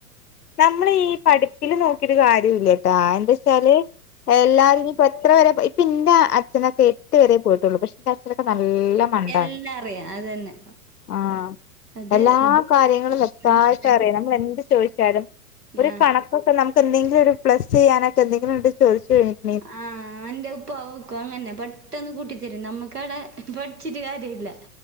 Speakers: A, on the left (about 80°); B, on the right (about 85°).
A: നമ്മള് ഈ പഠിപ്പില് നോക്കിരു കാര്യല്ലട്ടാ എന്താ വച്ചാല് എല്ലാവാരും ഇപ്പ എത്ര പരെ ഇപ്പ എന്റെ അച്ഛനൊക്കെ എട്ട് പേേ പോയിട്ടുള്ളൂ പക്ഷെ എന്റെ അച്ഛനൊക്കെ നല്ല മണ്ടാണ്
B: എല്ലാം അറിയാം അത് തന്നെ
A: ആഹ്
B: അത്
A: എല്ലാ കാര്യങ്ങളും വെക്തായിട്ട്
B: മനസ്സിലായി
A: അറിയാം നമ്മൾ എന്ത് ചോദ എാലും ഒരു
B: ആഹ്
A: കണക്കൊക്കെ നമുക്ക് എന്തെങ്കിലും ഒരു പ്ലസ് ചെയ്യാനൊക്കെ എന്തെങ്കിലും ചോദിച്ചു കഴിഞ്ഞിട്ട്
B: ആഹ് എന്റെ ഉപ്പ ക്ക അങ്ങനെ പെട്ടെന്ന് കൂട്ടിത്തരും നമ്മുക്ക അവിടെ പഠിച്ചിട്ട് കാര്യ ഇല്ല